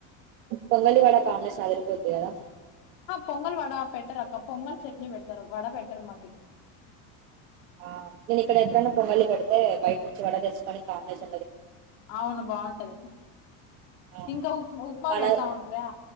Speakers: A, on the right; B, on the left.
A: పొంగళివాడ కాంబినేషన్ అదిరిపోది కదా
B: పొంగల్ వడా పెట్టర్ అకా పొంగల్ చట్నీ పెట్టారు వడా పెట్టర్ మా
A: ఆ నేను ఇక్కడ ఎప్పుడైన్నా పొంగలి పెడితే బయట నుంచి వడ తెేసుకని కాంబినేన్
B: అవును బాగుంటది
A: ఆ
B: ఇంకా ఉప్ ఉప్మా
A: మన
B: పెడతా ఉంటరా